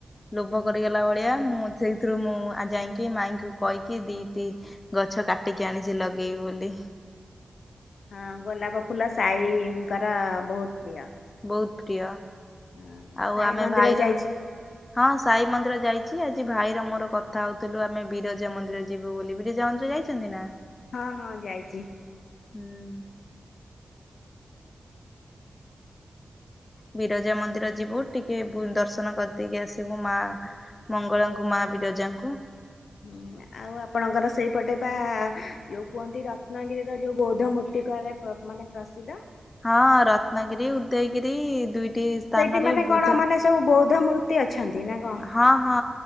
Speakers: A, on the left; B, on the left.
A: ଲୋଭ କରିଗଲା ଭଳିଆ ମୁଁ ସେଇଥିରୁ ମୁଁ ଯାଇଁକି ମାଇଁଙ୍କୁ କହିକି ଦିଦି ଗଛ କାଟିକି ଆଣିଚି ଲଗେଇବି ବୋଲି।
B: ହଁ ଗୋଲାପ ଫୁଲ ସାଇ ଙ୍କର ବହୁତ ପ୍ରିୟ।
A: ବହୁତ୍ ପ୍ରିୟ
B: ହଁ
A: ଆଉ
B: ସାଇ
A: ଆମେ
B: ମନ୍ଦିର
A: ଭାଇର
B: ଯାଇଛି
A: ହଁ ସାଇ ମନ୍ଦିର ଯାଇଚି ଆଜି ଭାଇର ମୋର କଥା ହଉଥିଲୁ ଆମେ ବିରଜା ମନ୍ଦିର ଯିବୁ ବୋଲି ବିରଜା ମନ୍ଦିର ଯାଇ ଚନ୍ତି ନା?
B: ହଁ-ହଁ ଯାଇଚି।
A: ହୁଁ। ବିରଜା ମନ୍ଦିର ଯିବୁ ଟିକେ <unintelligible> ଦର୍ଶନ କରିଦେଇକି ଆସିବୁ ମା ମଙ୍ଗଳାଙ୍କୁ ମା ବିରଜାଙ୍କୁ
B: ହୁଁ। ଆଉ ଆପଣଙ୍କର ସେଇପଟେ ବା ଯୋଉ କୁହନ୍ତି ରତ୍ନଗିରିର ଯୋଉ ବୌଦ୍ଧ ମୂର୍ତ୍ତି କୁଆଡ଼େ <unintelligible> ମାନେ ପ୍ରସିଦ୍ଧ।
A: ହଁ ରତ୍ନଗିରି ଉଦୟଗିରି ଦୁଇଟି ସ୍ଥାନରେ
B: ସେଇଠି ମାନେ କଣ
A: ବୁଦ୍ଧ
B: ମାନେ ସବୁ ବୌଦ୍ଧମୂ <unintelligible> ଅଛନ୍ତି ନା କଣ?
A: ହଁ-ହଁ